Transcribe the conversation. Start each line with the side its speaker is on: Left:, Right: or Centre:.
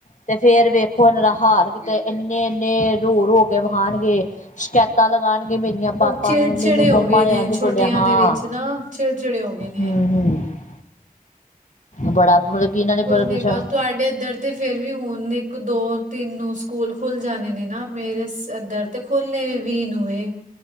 Left: ਤੇ ਫੇਰ ਵੇਖੋ ਇਹਨਾਂ ਦਾ ਹਾਲ ਕਿਤੇ ਇੰਨੇ ਇੰਨੇ ਰੋ ਰੋ ਕੇ ਵਿਖਾਣ ਗੇ ਸ਼ਿਕਾਇਤ ਸ਼ਿਕਇਤਾ ਲਗਾਉਣਗੇ ਮੇਰੀਆਂ ਪਾਪਾ
Right: ਚਿੜਚਿੜੇ
Left: ਨੂੰ ਮੈਨੂੰ
Right: ਹੋ
Left: ਮੰਮਾ
Right: ਗਏ
Left: ਨੇ ਇੰਝ
Right: ਛੁੱਟੀਆਂ
Left: ਬੋਲਿਆ। ਹਾਂ।
Right: ਦੇ ਵਿੱਚ ਨਾ ਚਿੜ ਚਿੜੇ ਹੋ ਗਏ ਨੇ
Left: ਹੂੰ
Right: ਐ।
Left: ਹੂੰ ਬੜਾ ਮਤਲਬ ਕਿ ਇਹਨਾਂ ਨੇ
Right: ਕੁਝ ਨੀ ਬਸ ਤੁਹਾਡੇ ਇਧਰ ਤੇ ਫੇਰ ਵੀ ਹੁਣ ਇੱਕ-ਦੋ-ਤਿੰਨ ਨੂੰ ਸਕੂਲ ਖੁੱਲ ਜਾਣੇ ਨੇ ਨਾ ਮੇਰੇ ਸਿਰ ਦਰਦ ਤੇ ਤੇ ਖੋਲੇ ਵੀਹ ਨੂੰ ਐ।